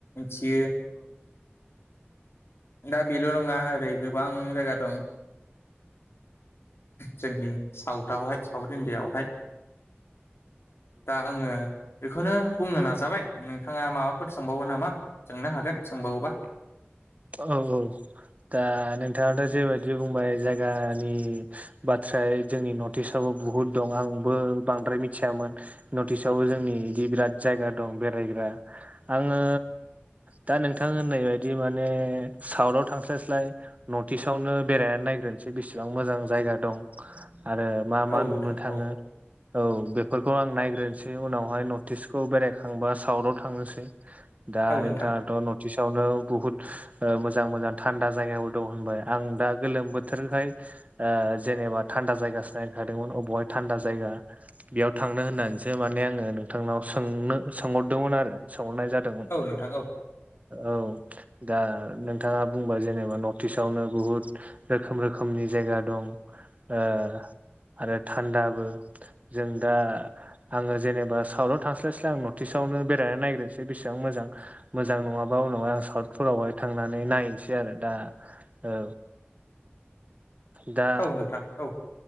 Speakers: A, on the left (about 70°); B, on the right (about 35°).
A: थियो दा बेल' नङा ओरै गोबां जायगा दं जोंनि साउथावहाय साउथ इण्डियाआवहाय दा आङो बेखौनो बुंनो नाजाबाय नोंथाङा माबा फोर सोंबावगो नामा सोंनो हागोन सोंबावोबा
B: औ औ दा नोंथाङाथ' जेबायदि बुंबाय जायगानि बाथ्राय जोंनि नर्ट इस्टआव बहु दं आंबो बांद्राय मिथिनाययामोन नर्थ इस्वबो जोंनि बिदि बिराद जायगा दं बेराय आङो दा नोंथां होननाय बायदि म माने साउथाव थांस्लाय स्लाय नर्थ इस्ट आवनो बेरायनानै नायग्रोनोसै बिसेबां मोजां जायगा दं आरो मा मा
A: औ नोंथां
B: नुनो थाङो
A: औ
B: औ बेफोरखौ आं नायग्रोनोसै उनावहाय नर्थ इस्टखौ बेरायखांबा साउथव थांनोसै दा
A: औ नोंथां
B: नोंथाङाथ' नर्थ इस्टवनो बुहुत मोजां मोजां थान्दा जायगाबो दं होनबाय आं दा गोलोम बोथोरहाय ज जेनेबा थान्दा जायगा नायखादोंमोन बबावहाय थान्दा जायगा बेयाव थांनो होननानैसो माने आङो नोंथां जोंनाव सोंनो सोंहरदोंमोन आरो सोंहरनाय जादोंमोन
A: औ नोंथां औ
B: औ दा नोंथाङा बुंबा जेनेबा नर्थ इस्ट आवनो बुहुद रोखोम रोखोमनि जायगा दं <inaudible> आरो थान्दाबो जों दा आंङो जेनेबा साउथाव थांस्लायस्लाय आं नर्थ इस्टव नो बेरायनानैनागो्सै बेसेबां मोजां मोजां नङाबा उनाव फोरावहाय थांनानै नायनोसै आरो दा औ दा
A: औ नोंथां औ